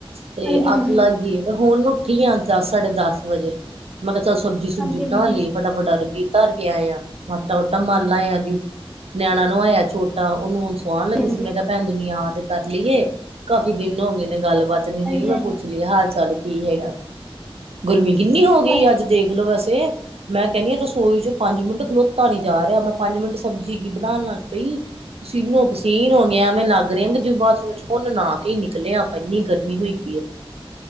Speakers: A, on the right (about 80°); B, in the centre.
A: ਤੇ
B: ਹਾਂਜੀ
A: ਅੱਖ
B: ਹਾਂਜੀ
A: ਲੱਗ ਗਈ ਮੈਂ ਹੁਣ ਉੱਠੀ ਆ ਦਸ ਸਾਡੇ ਦਸ ਵਜੇ। ਮੈਂ ਕਿਹਾ ਚਲ ਸਬਜ਼ੀ-ਸੁਬਜੀ
B: ਹਾਂਜੀ
A: ਬਣਾ
B: ਹਾਂਜੀ
A: ਲੀਏ ਫਟਾਫਟ ਅਰਬੀ ਧਰ ਕੇ ਆਏ ਆ, ਆਟਾ-ਊਟਾ ਮਲਨਾ ਆ ਜੀ, ਨਿਆਣਾ ਨਵਾਇਆ ਛੋਟਾ ਉਹਨੂੰ ਸੁਆਂਨ ਲਗੀ
B: ਹਾਂਜੀ
A: ਸੀ ਮੈਂ ਕਿਹਾ ਭੈਣ ਜੀ ਨੂੰ ਯਾਦ ਕਰ ਲਈਏ, ਕਾਫ਼ੀ ਦਿਨ ਹੋ ਗਏ ਨੇ ਗੱਲਬਾਤ ਨੀ
B: ਹਾਂਜੀ
A: ਰਹੀ ਮੈਂ
B: ਹਾਂਜੀ
A: ਪੁੱਛ ਲੀਏ ਹਾਲ ਚਾਲ ਕੀ ਹੈਗਾ, ਗੁਰਮੀਤ ਕਿੰਨੀ ਹੋ ਗਈ
B: ਹਾਂਜੀ
A: ਅੱਜ ਦੇਖਲੋ ਵੈਸੇ, ਮੈਂ ਕਹਿੰਨੀ ਆ ਤੁਸੀ ਰਸੋਈ 'ਚ ਪੰਜ ਮਿੰਟ ਖਲੋਤਾ ਨੀ ਜਾ ਰਿਹਾ ਮੈਂ ਪੰਜ ਮਿੰਟ ਸਬਜ਼ੀ ਕੀ ਬਣਾਣ ਲੱਗ ਪਈ ਪਸੀਨੋ-ਪਸੀਨ ਹੋ ਗਿਆ ਮੈਂ ਲੱਗ ਰਿਹਾ ਜਿਵੇਂ ਬਾਥਰੂਮ 'ਚ ਹੁਣ ਨਾ ਕੇ ਹੀ ਨਿਕਲੇ ਆ ਆਪਾਂ ਇੰਨੀ ਗਰਮੀ ਹੋਈ ਪਈ ਏ।